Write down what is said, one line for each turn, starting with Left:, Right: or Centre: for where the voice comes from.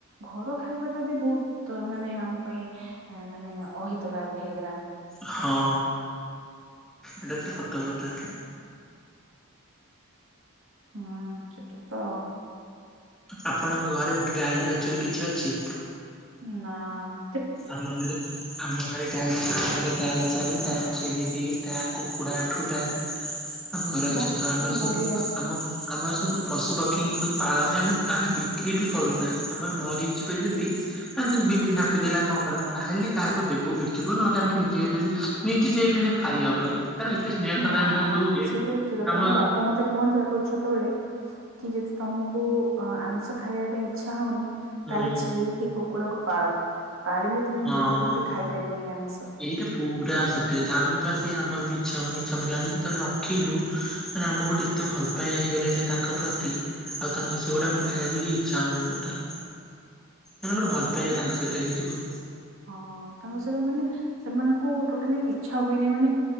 Right: ଘର ଖାଇବା ଟା ବି ବହୁତ ମାନେ ଆ ଆମ ପାଇଁ ମାନେ ଅହିତକାୟକ ହେଇଗଲାଣି।
Centre: ହଁ, ଏଇଟା ତ ସତ କଥା।
Right: ହଁ ସେଟା ତ
Centre: ଆପଣଙ୍କ ଘରେ ଗାଈ ବାଛୁରୀ କିଛି ଅଛି?
Right: ନା ମ
Centre: ଆମ ଘରେ ଆମ ଘରେ ଗାଈ ଆମ ଘରେ ଗାଈ ଚାରିଟା ଛେଳି ଦିଟା କୁକୁଡ଼ା ଆଠୁଟା ଆମ ଘରେ ଅଛନ୍ତି
Right: ବା
Centre: ପା ଆମେ
Right: ବଢିଆ
Centre: ସବୁ ଆମ ଆମର ସବୁ ପଶୁ ପକ୍ଷୀଙ୍କୁ ପାଳନ୍ତି ଆମେ ଆମେ ବିକ୍ରି ବି କରୁନା ଆମର ମରିଛ ପେଲିବି ଆମ ସବ ବିଲେଇ
Right: ହଁ।
Centre: ଝାମ୍ପି ଦେଲା। କଣ କଲେ ତାହେଲେ କାହାକୁ ଦେବୁ ବିକିବୁ ନ ଚାଲେ ନିଜେ ଯଦି ନିଜେ ଯାଇ ତେନ୍ ଖାଇହବନି। ତାର ଏତେ ସ୍ନେହ
Right: ନା
Centre: ଶ୍ରଦ୍ଧା ଆମ ତାଙ୍କୁ
Right: ନା
Centre: ଦଉଛେ
Right: ସେଇଟା ଠିକ କଥା
Centre: ଆମ
Right: ମୋ ବାପା ତ ମତେ କୁହନ୍ତୁ ଆଗରୁ ଛୋଟବେଳେ କି ଯଦି ତମକୁ ଆଁ ଆମିଷ ଖାଇବା ପାଇଁ ଇଚ୍ଛା ହଉନି।
Centre: ହୁଁ
Right: ତାହେଲେ ଛେଳିିକି କୁକୁଡ଼ାକୁ ପାଳ ପାଳିଲେ ତୁମେ
Centre: ହଁ
Right: ବିଲକୁଲ ବି ଖାଇ ପାରିବନି ଆମିଷ।
Centre: ଏଇଟା ପୁରା ସତ୍ୟ କଥା ଆମେ ପା ସେଇଆ ଆମର ବି ଇଛା ହଉନି ଇଛା ମାନେ ଆମେ ଯେତେବେଳେ ରଖିଲୁ ମାନେ ଆମକୁ ଗୋଟେ ଏତେ ଭଲ ପାଇବା ହେଇଗଲେ ଯେ ତାଙ୍କ ପ୍ରତି ଆଉ ତାଙ୍କ ସେଗୁଡା
Right: ହଁ
Centre: ମାନେ ଖାଇବାକୁ ହିଁ ଇଚ୍ଛା ହଉନି ଟୋଟାଲ। ମାନେ ଗୋଟେ ଭଲ
Right: ସେଟା
Centre: ପାଇବା ତାଙ୍କ
Right: ତ
Centre: ସହିତ ହେଇଯିବ।
Right: ହଁ ତାଙ୍କ ସହିତ ମାନେ ସେମାନଙ୍କୁ ଟୋଟାଲି ଇଚ୍ଛା ହୁଏନି ମାନେ